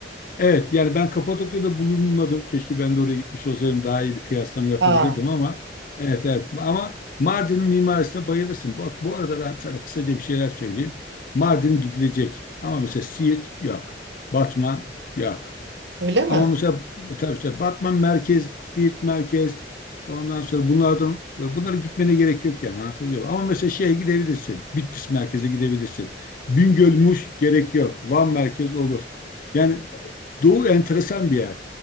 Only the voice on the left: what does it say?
Evet yani ben Kapadokya'da bulunmadım. Keşke ben de oraya gitmiş olsaydım daha iyi bir kıyaslama yapabilirdim
ama evet evet ama Mardin'in mimarisine bayılırsın. Bak bu arada ben sana kısaca bir şeyler söyleyeyim. Mardin gidilecek ama mesela Siirt yok. Batman yok.
Ama mesela tabii tabii işte Batman merkez, Siirt merkez ondan sonra bunlardan bunlara gitmene gerek yok yani anlatabiliyor muyum? Ama mesela şeye gidebilirsin. Bitlis merkeze gidebilirsin. Bingöl, Muş gerek yok. Van merkez olur. Yani Doğu enteresan bir yer.